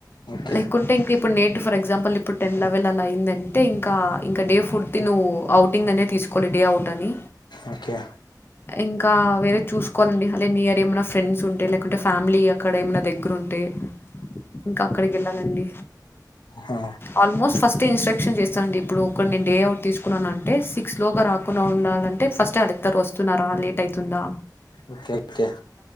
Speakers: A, on the left; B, on the left.
A: ఓకే
B: లేకుంటే ఇంకా ఇప్పుడు నేటు ఫర్ ఎగ్జాపుల్ ఇప్పుడు టెన్ వెళ్ళాల అయిందంటే ఇంకా డే ఫుడ్ తిను ఇంకా నువ్వు ఔటింగ్ అనే తీసుకోవాలి డే అవుట్ అని
A: ఓకే
B: ఇంకా వేరే చూసుకోవాలండి అదే నియర్ ఏమైనా ఫ్రెండ్స్ ఉంటే లేకుంటే ఫ్యామిలీ అక్కడ ఏమైనా దగ్గర ఉంటే ఇంకా అక్కడికి వెళ్ళాలండి
A: ఆహా
B: ఆల్మోస్ట్ ఫస్ట్ త్ ఇన్స్ట్రక్షన్ చేస్తాండి ఇప్పుడు ఒక నేను డే అవుట్ తీసుకున్నాను అంటే సిక్స్ లోగా రాకుండా ఉండాల టే ఫస్టే అడుగుతారు వస్తున్నారా లేట్ అవుతుందా
A: ఓకే ఓకే